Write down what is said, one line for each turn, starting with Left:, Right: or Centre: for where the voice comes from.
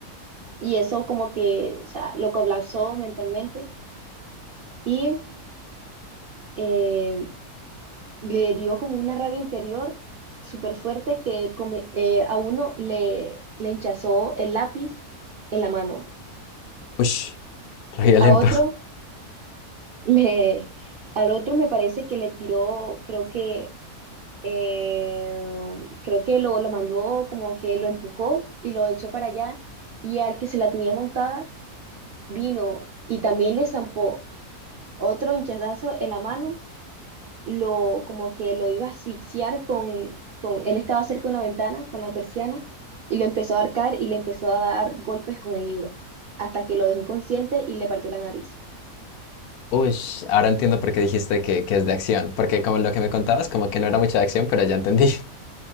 Right: Y eso como que, o sea, lo colapsó mentalmente. Y... em, le dio como una rabia interior súper fuerte que come- eh, a uno le, le hinchazó el lápiz en la mano,
Left: ush, re violento.
Right: a otro <laughs> le, al otro me parece que le tiró, creo que eh, creo que lo, lo mandó como que lo empujó y lo echó para allá y al que se la tenía montada vino y también le zampó otro hinchazazo en la mano lo, como que lo iba a asfixiar con, con, él estaba cerca de una ventana, con la persiana, y lo empezó a arcar y le empezó a dar golpes con el libro, hasta que lo dejó inconsciente y le partió la nariz.
Left: <laughs> Ush, ahora entiendo por qué dijiste que, que es de acción. Porque como lo que me contabas, como que no era mucha de acción, pero ya entendí. <laughs>